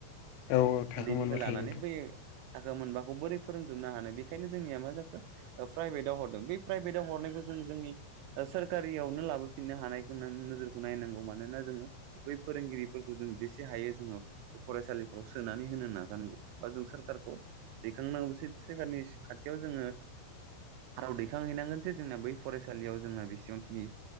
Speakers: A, on the left; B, on the right.
A: औ थाखो
B: उन्दैनिफ्राय
A: मोनबा थायो
B: लानानै
A: नोंथां
B: बै थाखो मोनबाखौ बोरै फोरोंजोबनो हानो बेखायनो जोंनिया मा जाखो प्राइभेटाव हरदों बै प्राइभेटआव हरनायखौ जों जोंनि सोरखारियावनो लाबोफिननो हानायखौ नोजोरखौ नायनांगौ मानोना जोङो बै फोरोंगिरिफोरखौ जों जेसे हायो जोङो बे फरायसालिफ्राव सोनानै होनो नाजानांगौ बा जों सोरखारखौ दैखांनांगौ सो सोरखारनि खाथियाव जोङो राव दैखांहैनांगोन जे जोंना बै फरायसा सालियाव जोंना बेसेबांखिनि